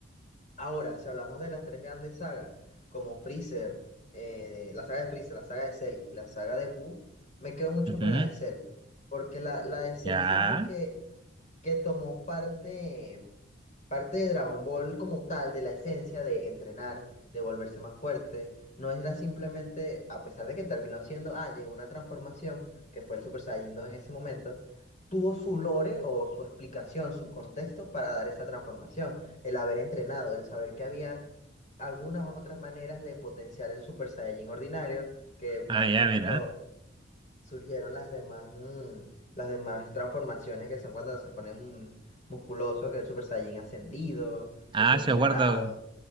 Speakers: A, on the left; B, on the right.
A: Ahora, si hablamos de las tres grandes sagas, como Freezer, eh, la saga de Freezer, la saga de Cell y la saga de Boo, me quedo mucho
B: ujú.
A: con la de Cell, porque la, la de Cell
B: Ya,
A: siento que, que tomó parte. Parte de Dragon Ball como tal, de la esencia de entrenar, de volverse más fuerte, no era simplemente, a pesar de que terminó siendo, ah, llegó una transformación, que fue el Super Saiyajin 2 en ese momento, tuvo su lore o su explicación, su contexto para dar esa transformación, el haber entrenado, el saber que había algunas otras maneras de potenciar el Super Saiyajin ordinario, que
B: ah,
A: ahí
B: ya,
A: fue cuando
B: mira.
A: surgieron las demás, mm, las demás transformaciones que son cuando se pone mm, musculoso, que es el Super Saiyan ascendido,
B: Ah,
A: de segundo
B: se guarda
A: grado.